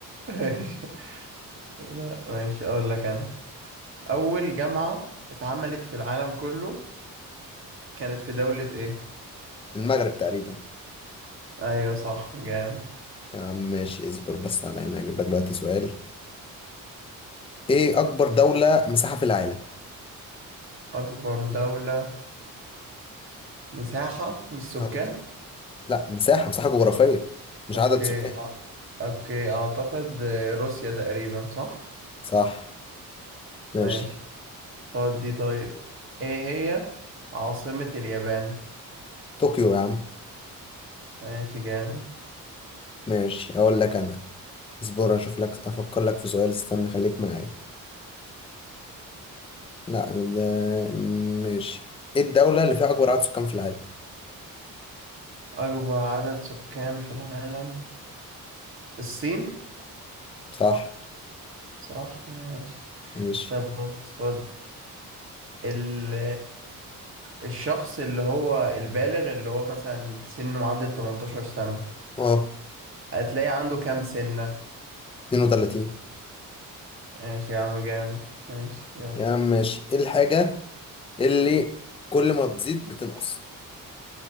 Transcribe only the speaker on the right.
ماشي لا ماشي اقول لك انا اول جامعة اتعملت في العالم كله كانت في دولة ايه
ايوه صح جامد
اكبر دولة مساحة مش سكان
اوكي
أ- اوكي اعتقد آه، روسيا تقريبا صح
ماشي خد دي طيب ايه هي عاصمة اليابان
ماشي جامد
اكبر عدد سكان في العالم الصين
صح ماشي
طب بص، خد ال الشخص اللي هو البالغ اللي هو مثلا سنه معدي ال 18 سنة
هتلاقي عنده كام سنة
ماشي يا عم جامد ماشي يلا